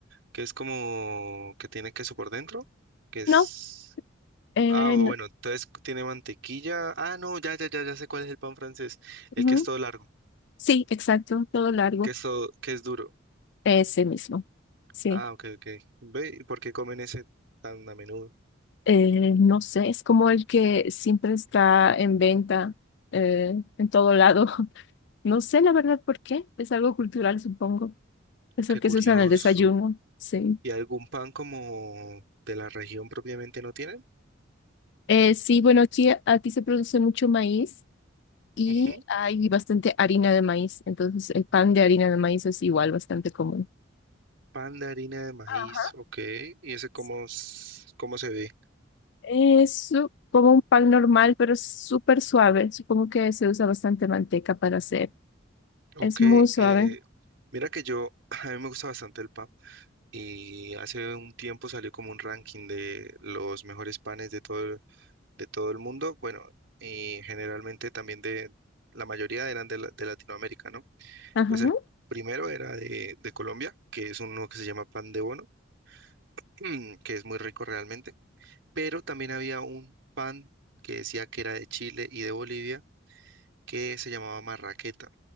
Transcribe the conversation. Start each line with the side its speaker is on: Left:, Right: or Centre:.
Right: que es como que tiene queso por dentro, que es...
Left: No, eh,
Right: Ah, o
Left: no.
Right: bueno, entonces tiene mantequilla. Ah, no, ya, ya, ya, ya sé cuál es el pan francés. El
Left: ujú.
Right: que es todo largo,
Left: Sí, exacto, todo largo.
Right: que es todo, que es duro.
Left: Ese mismo. Sí.
Right: Ah, ok, ok. Ve, ¿y por qué comen ese tan a menudo?
Left: Eh, no sé, es como el que siempre está en venta eh, en todo lado. <laughs> No sé la verdad por qué. Es algo cultural, supongo. Es
Right: Qué
Left: el que
Right: curioso.
Left: se usa en el desayuno, sí.
Right: ¿Y algún pan como de la región propiamente no tienen?
Left: Eh, sí, bueno, aquí, aquí se produce mucho maíz y
Right: Ujú.
Left: hay bastante harina de maíz, entonces el pan de harina de maíz es igual bastante común.
Right: Pan de harina de maíz,
Left: Ajá,
Right: ok. ¿Y ese cómo,
Left: sí.
Right: s- cómo se ve?
Left: Es su- como un pan normal, pero es súper suave. Supongo que se usa bastante manteca para hacer.
Right: Ok,
Left: Es muy suave.
Right: eh, mira que yo, <laughs> a mí me gusta bastante el pan y hace un tiempo salió como un ranking de los mejores panes de todo, el- de todo el mundo, bueno, y generalmente también de, la mayoría eran de, la- de Latinoamérica, ¿no?
Left: Ajá.
Right: Pues el primero era de, de Colombia, que es uno que se llama pan de bono, <clears throat> que es muy rico realmente, pero también había un pan que decía que era de Chile y de Bolivia que se llamaba marraqueta.